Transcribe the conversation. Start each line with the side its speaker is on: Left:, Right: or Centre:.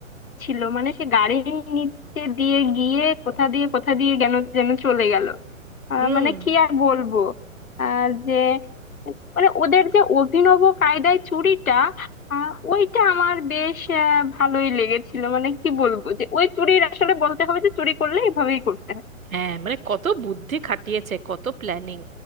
Left: ছিল মানে সে গাড়ির নিচে দিয়ে গিয়ে কোথা দিয়ে কোথা দিয়ে যেন যেন চলে গেল আহ,
Right: হুম
Left: মানে কি আর বলবো আর যে মানে ওদের যে অভিনব কায়দায় চুরিটা আহ, ওইটা আমার বেশ আহ, ভালোই লেগেছিল মানে কি বলবো যে ওই চুরির আসলে বলতে হবে যে চুরি করলে এভাবেই করতে হবে
Right: হ্যাঁ মানে কত বুদ্ধি খাটিয়েছে কত প্ল্যানিং